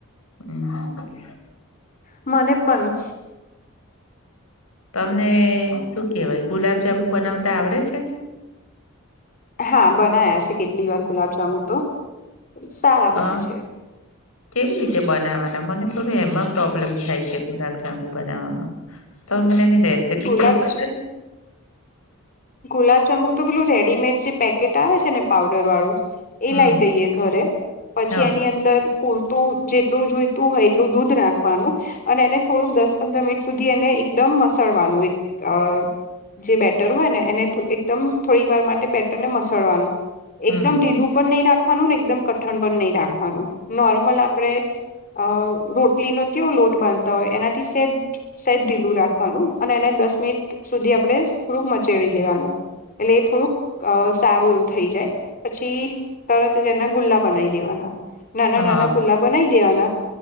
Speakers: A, on the left; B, on the left.
A: હમ. <inaudible>
B: મને પન.
A: તમને શું કેવાય ગુલાબ જાાંબુ બનાવતા આવડે છે.
B: હા બનાયા છે કેટલી વાર ગુલાબ જાંબુ <inaudible> તો સારા બને
A: અ
B: છે.
A: કેવી રીતે બનાવવાના મને થોડું એમાં પ્રોબ્લેમ થાય છે ગુલાબ જાાંબુ બનાવવામાં. તમે મને એની રેસીપી
B: ગુલાબ
A: કેશો કે.
B: ગુલાબજાંબુ તો પેલું રેડીમેડ જે પેકેટ આવે છે ને પાવડર વાળું એ
A: હમ
B: લાઈ દઈએ ઘરે પછી
A: હ
B: એની અંદર પૂરતું જેટલું જોઈતું હોય એટલું દૂધ રાખવાનું અને એને થોડુંક દસ-પંદર મિનિટ સુધી એને એકદમ મસડવાનું એક અહ જે બેટર હોય ને એને એકદમ થોડીક વાર માટે બેટર ને મસડવાનું
A: હમ
B: એકદમ ઢીલું પણ નહીં રાખવાનું ને એકદમ કઠણ પણ નહી રાખવાનું નોર્મલ આપણેે અ રો રોટલીનો કેવો લોટ બાંધતા હોય એનાથી સેજ સેજ ઢીલું રાખવાનું અને એને દસ મિનિટ સુધી આપણે થોડુંક મચેડી લેવાનું એટલે એ થોડુંક અ સારું એવું થઈ જાય પછી તરત જ એના ગુલ્લા બનાઈ દેવાના. નાના
A: હા
B: નાના ગુલ્લા બનાઇ દેવાના